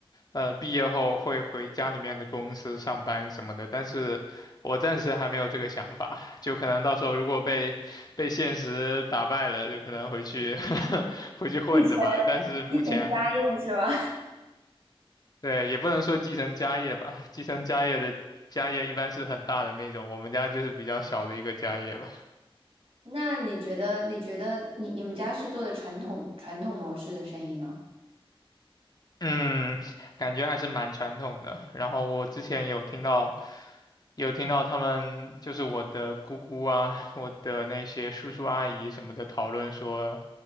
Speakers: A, on the left; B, on the right.
A: 呃，毕业后会回家里面的公司上班什么的，但是我暂时还没有这个想法，就可能到时候如果被被现实打败了，就可能回去 <laughs> 回去混着吧。
B: 继承
A: 但是目前，
B: 继承家业是吧？
A: 对，也不能说继承家业吧，继承家业的家业一般是很大的那种，我们家就是比较小的一个家业吧。
B: <laughs> 那你觉得你觉得你你们家是做的传统传统模式的生意吗？
A: 嗯，感觉还是蛮传统的。然后我之前有听到，有听到他们就是我的姑姑啊，我的那些叔叔阿姨什么的讨论说，